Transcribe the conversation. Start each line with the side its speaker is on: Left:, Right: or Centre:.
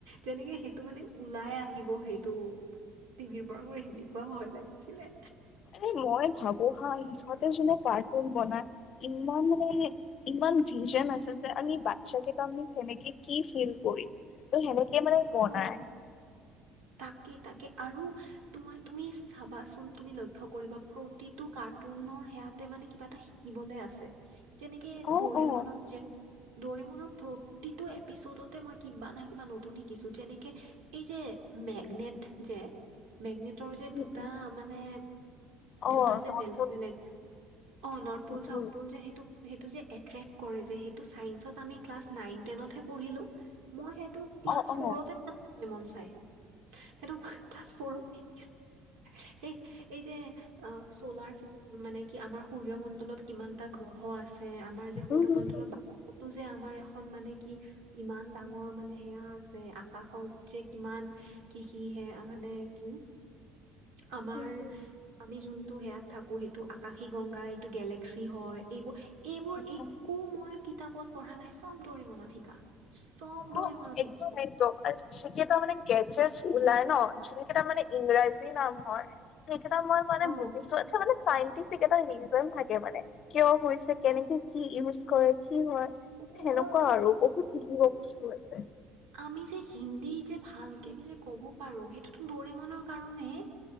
Right: যেনেকে সেইটো মানে ওলাই আহিব সেইটো। টিভিৰ পৰা। মোৰ এনেকুৱা ভয় লাগিছিলে।
Left: এ মই ভাবো হা সিহঁত জুনে কাৰ্টুন বনাই, ইমান ইমান ভিজন আছে যে আমি বাচ্ছা কেইটা সেনেক কি ফিল কৰিম। ত সেনেকে মানে বনায়।
Right: অ তাকে তাকে আৰু তোমাৰ তুমি চাবাচোন তুমি লক্ষ্য কৰিবা, প্ৰতিটো কাৰ্টুনৰ সেয়াতে মানে কিবা এটা শিকিবলে আছে। যেনেকে
Left: অ
Right: দৌৰিমনক
Left: অ
Right: যে দৰিমণত প্ৰতিটো এপিছডতে মই কিবা না কিবা নতুন শিকিছো, যেনেকে এই যে মেগনেট যে মেগনেটৰ যে
Left: উম
Right: দুটা
Left: উম
Right: মানে
Left: অ
Right: দুটা যে
Left: নৰ্থ
Right: বেলেগ বেলেগ অ north pole
Left: um
Right: south
Left: um
Right: pole যে সেইটো সেইটো যে এট্ৰেক্ট কৰে যে ত ছাইন্স আমি ক্লাছ নাইন টনতহে পঢ়িলো। মই সেইটো ক্লাছ
Left: অ অ
Right: ফৰতেন <unintelligible> চাই সেইটো ক্লাছ ফৰ--এই এই যে চলাৰ চিষ্টেম মানে কি আমাৰ সূৰ্য মণ্ডলত কিমান এটা গ্ৰহ আছে যে আমাৰ যে সূৰ্যমণ্ডলৰ
Left: উম উম উম
Right: বায়ুটো--যে আমাৰ এ খন মানে কি, ইমান ডাঙৰ মানে সেয়া আছে আকাশৰ যে কিমান কি কি হে আ মানে কি আমাৰ
Left: উম
Right: আমি যোনটো সেয়াত থাকো, সেইটো আকাশী গংগা এইটো গেলেক্সি হয়। এইবোৰ এইবোৰ একো
Left: অ
Right: মই কিতাপত পঢ়া নাই চব দৰে মনত শিকা। চব দৰিমনত
Left: উ অ একদম
Right: শিকিছো
Left: একদম আৰু শিকিয়টা মানে গ যে ওলাই ন যোনকেই তাৰ মানে ইংৰাজী নাম হয়, কেইটা মই মানে
Right: অ
Left: বুজিছো এ মানে চাইণ্টিফিক এটা ৰিজন থাকে মানে, কিয় হৈছে? কেনেকে কি ইউজ কৰে কি হয়।
Right: অ',
Left: সেনেকুৱা
Right: অ',
Left: আৰু বহুত শিকিব বস্তু আছে
Right: <inaudible> আমি যে হিন্দী যে ভালকে যে ক'ব পাৰো, সেইটোতো দৰিমনৰ কাৰণেই হে।